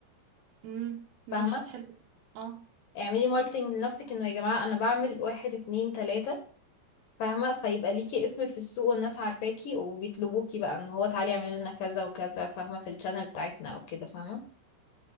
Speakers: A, on the right (about 70°); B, on the left (about 65°).
A: امم ماشي
B: فاهمة
A: حلو اه
B: اعملي ماركتينج لنفسك انه يا جماعة انا بعمل واحد اتنين تلاتة فاهمة فيبقى ليكي اسم في السوق والناس عارفاكي وبيطلبوكي بقى ان هو تعالي اعملي لنا كذا وكذا فاهمة في الشانل بتاعتنا او كده فاهمة